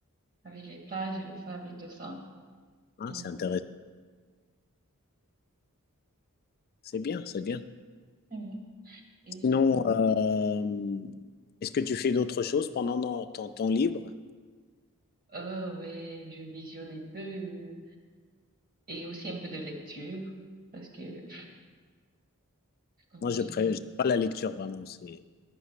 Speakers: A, on the right; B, on the left.
A: avec les plages et le sable et tout ça.
B: Ah,
A: Mhm.
B: c'est intéressant. C'est bien, c'est bien.
A: Mhm. Et aussi,
B: Sinon, euh, est-ce que tu fais d'autres choses pendant no- ton temps libre?
A: Euh, ouais, je visionne un peu euh, et aussi un peu de lecture parce que <laughs> comment
B: Moi,
A: dire,
B: je pré- je- pas la lecture vraiment. C'est,